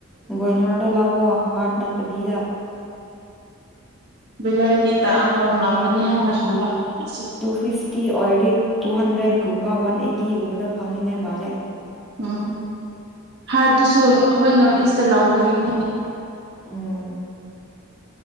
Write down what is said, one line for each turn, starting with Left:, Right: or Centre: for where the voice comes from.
Centre: ꯕꯣꯏꯂꯥꯔꯗꯣ ꯂꯥꯛꯑꯣ ꯍꯥꯔꯠ ꯅꯠꯇꯕꯤꯗ
Right: ꯚꯕꯤꯂꯔꯗꯤ ꯇꯥꯛ ꯍꯣꯡꯂꯒꯅꯤ ꯍꯥꯏꯅ ꯈꯟꯕ ꯑꯁꯤ
Centre: ꯇꯨ ꯐꯤꯐꯇꯤ ꯑꯣꯏꯔꯗꯤ ꯇꯨ ꯍꯟꯗ꯭ꯔꯦꯠꯒꯨꯝꯕ ꯋꯥꯟ ꯑꯩꯠꯇꯤꯒꯨꯝꯕꯗ ꯐꯪꯅꯤꯡꯉꯥꯏ ꯃꯥꯜꯂꯦ
Right: ꯎꯝ ꯍꯥꯏꯕꯗꯨꯁꯨ ꯑꯩꯈꯣꯏ ꯅꯣꯔꯠ ꯏꯁꯇ ꯂꯧꯕꯒꯤꯅꯤ
Centre: ꯎꯝ